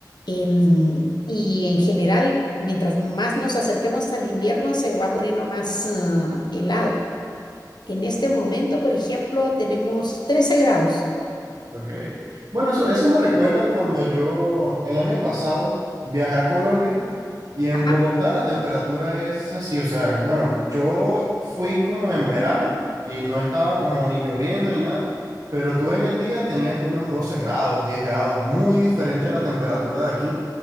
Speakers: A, on the left; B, on the right.
A: Em, y en general, mientras más nos acerquemos al invierno, se va poniendo más ah, helado. En este momento, por ejemplo, tenemos 13 grados.
B: Ok. Bueno, eso, eso me recuerda cuando yo el año pasado viajé a Colombia y en
A: Ajá.
B: Bogotá la temperatura es así, o sea, bueno, yo fui como en verano y no estaba como ni lloviendo ni nada, pero tú en el día tenías unos 12 grados, 10 grados, muy diferente
A: sí.
B: a la temperatura de aquí.